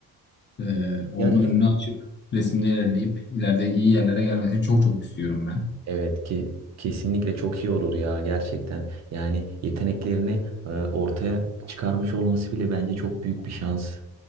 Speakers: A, on the left; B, on the right.
A: Ee, onun
B: gerçekten.
A: önünü açıp resimde ilerleyip ileride iyi yerlere gelmesini çok çok istiyorum ben.
B: Evet ki kesinlikle çok iyi olur ya gerçekten. Yani yeteneklerini e, ortaya çıkarmış olması bile bence çok büyük bir şans.